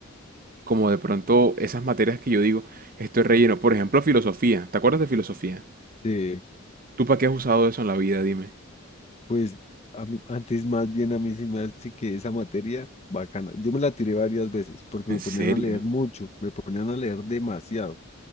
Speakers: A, on the right; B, on the left.
A: como de pronto esas materias que yo digo, esto es relleno. Por ejemplo, filosofía, ¿te acuerdas de filosofía?
B: Sí,
A: ¿Tú para qué has usado eso en la vida? Dime.
B: Pues a mí- antes más bien a mí sí me hace que esa materia bacana. Yo me la tiré varias veces porque
A: ¿En
B: me
A: serio?
B: ponían a leer mucho, me ponían a leer demasiado.